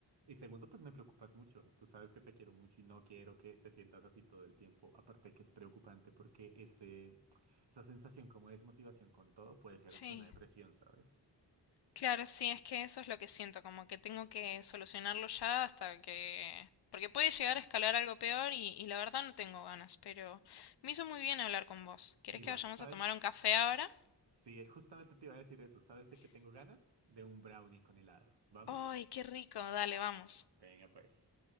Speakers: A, on the right; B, on the left.
A: Y segundo, pues me preocupas mucho. Tú sabes que te quiero mucho y no quiero que te sientas así todo el tiempo. Aparte que es preocupante porque ese, esa sensación como de desmotivación con todo puede ser
B: Sí.
A: hasta una depresión, ¿sabes?
B: Claro, sí, es que eso es lo que siento, como que tengo que solucionarlo ya hasta que... Porque puede llegar a escalar algo peor y, y la verdad no tengo ganas, pero me hizo muy bien hablar con vos. ¿Querés
A: E Igual,
B: que vayamos
A: ¿sabes?
B: a tomar un café ahora?
A: Sí, justamente te iba a decir eso. ¿Sabes de qué tengo ganas? De un brownie con helado. ¿Vamos?
B: ¡Ay, qué rico! Dale, vamos.
A: Venga, pues.